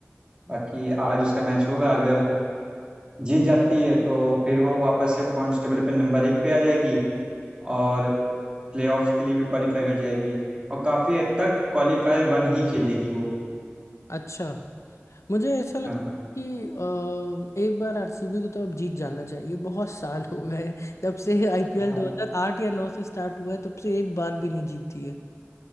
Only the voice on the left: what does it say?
अच्छा मुझे ऐसा लगता
है कि अ, एक बार आरसीबी को तो अब जीत जाना चाहिए बहुत साल हो गए हैं जब से आईपीएल
2008 या 9 से स्टार्ट हुआ है तब से एक बार भी नहीं जीती है